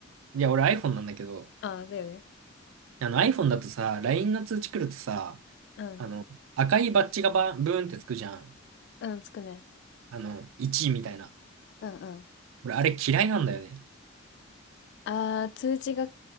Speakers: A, on the right (about 80°); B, on the left (about 60°).
A: いや、俺 iPhone なんだけど、
B: あ、だよね。
A: あの iPhone だとさ、LINE の通知来るとさ、
B: うん。
A: あの、赤いバッジがバンブーンってつくじゃん。
B: うん、つくね。
A: あの、1みたいな。
B: うんうん。
A: 俺、あれ嫌いなんだよね。
B: あー、通知が